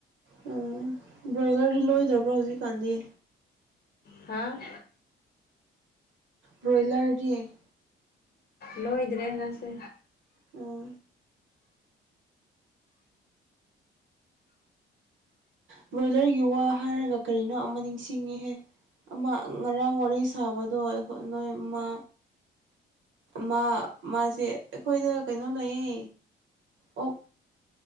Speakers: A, on the right; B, on the left.
A: ꯎꯝ ꯕ꯭ꯔꯣꯏꯂꯔꯗꯤ ꯂꯣꯏꯗꯕ꯭ꯔꯣ ꯍꯧꯖꯤꯛꯀꯥꯟꯗꯤ
B: ꯍꯥꯥ
A: ꯕ꯭ꯔꯣꯏꯂꯔꯗꯤ
B: ꯂꯣ ꯏꯗꯔꯦꯖꯥꯁꯦ
A: ꯑꯣ ꯕ꯭ꯔꯣꯏꯂꯔꯒꯤ ꯋꯥ ꯍꯥꯏꯔꯒ ꯀꯔꯤꯅꯣ ꯑꯃ ꯅꯤꯡꯁꯤꯡꯉꯤꯍꯦ ꯑꯃ ꯉꯔꯥꯡ ꯋꯥꯔꯤ ꯁꯥꯕꯗꯣꯈ ꯅꯣꯏ ꯃꯥ ꯃꯥ ꯃꯥꯁꯦ ꯑꯩꯈꯣꯏꯗ ꯀꯩꯅꯣ ꯂꯩꯌꯦ ꯑꯣꯛ